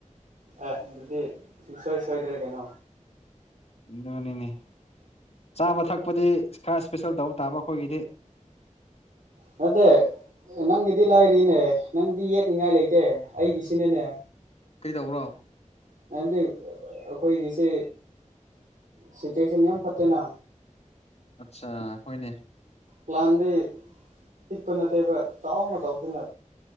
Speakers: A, on the right; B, on the left.
A: ꯑꯦ ꯑꯗꯨꯗꯤ ꯁꯨꯡꯁꯣꯏ ꯁꯣꯏꯗ꯭ꯔꯦ ꯀꯩꯅꯣ
B: ꯏ ꯃꯅꯤꯅꯦ ꯆꯥꯕ ꯊꯛꯄꯗꯤ ꯈꯔ ꯏꯁꯄꯦꯁꯦꯜ ꯇꯧ ꯇꯥꯕ ꯑꯩꯈꯣꯏꯒꯤꯗꯤ
A: ꯅꯠꯇꯦ ꯅꯪꯒꯤꯗꯤ ꯂꯥꯏꯔꯤꯅꯦ ꯅꯪꯗꯤ ꯌꯦꯠꯅꯤꯉꯥꯏ ꯂꯩꯇꯦ ꯑꯩꯒꯤꯁꯤꯅꯅꯦ
B: ꯀꯩꯗꯧꯕꯔꯣ
A: ꯃꯔꯝꯗꯤ ꯑꯩꯈꯣꯏꯒꯤꯁꯦ ꯁꯤꯆꯨꯋꯦꯁꯟ ꯌꯥꯝ ꯐꯠꯇꯦꯅ
B: ꯑꯆꯥ ꯍꯣꯏꯅꯦ
A: ꯄ꯭ꯂꯥꯟꯗꯩ ꯍꯤꯛꯄ ꯅꯠꯇꯦꯕ ꯆꯥꯎꯅ ꯇ ꯆꯥꯎꯁꯤꯅ